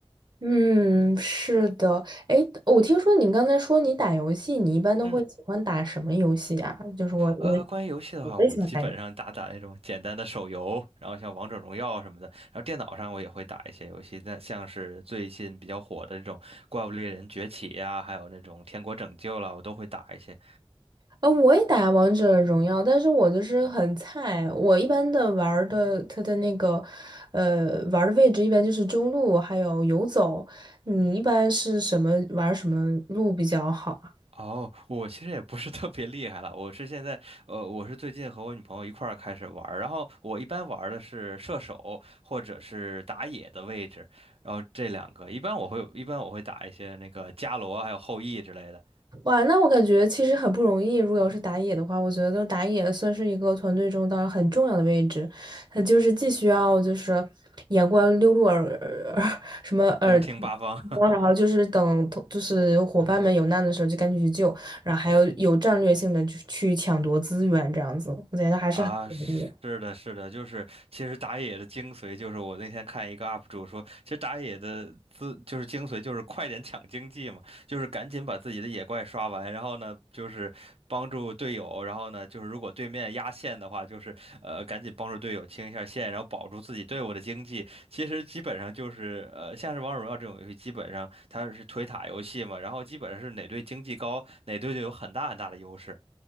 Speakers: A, on the right; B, on the right.
A: 嗯，是的。哎，我听说你刚才说你打游戏，你一般都会喜欢打什么游戏啊？
B: 嗯。
A: 就是我我
B: 呃，关于游戏的话，
A: 我也喜欢打游戏
B: 我基本上打打那种简单的手游，然后像王者荣耀什么的，然后电脑上我也会打一些游戏，但像是最近比较火的这种《怪物猎人崛起》呀，还有那种《天国拯救》啦，我都会打一些。
A: 啊，我也打王者荣耀，但是我就是很菜。我一般的玩儿的，他的那个，呃，玩儿的位置一般就是中路，还有游走。你一般是什么玩儿什么路比较好啊？
B: 哦，我其实也不是特别厉害了，我是现在，呃，我是最近和我女朋友一块儿开始玩儿，然后我一般玩儿的是射手或者是打野的位置，然后这两个，一般我会一般我会打一些那个伽罗还有后羿之类的，
A: 哇，那我感觉其实很不容易。如果要是打野的话，我觉得打野算是一个团队中当然很重要的位置，他就是既需要就是眼观六路耳耳什么耳听光，
B: 要是听八方。<laughs>
A: 然后就是等同就是伙伴们有难的时候就赶紧去救，然后还有有战略性的去去抢夺资源这样子，我觉得还是很不容易的。
B: 啊，是的，是的，就是其实打野的精髓就是我那天看一个 UP 主说，其实打野的自就是精髓就是快点抢经济嘛，就是赶紧把自己的野怪刷完，然后呢就是帮助队友，然后呢就是如果对面压线的话，就是呃赶紧帮助队友清一下线，然后保住自己队伍的经济。其实基本上就是呃像是王者荣耀这种游戏，基本上它是推塔游戏嘛，然后基本上是哪队经济高，哪队就有很大很大的优势。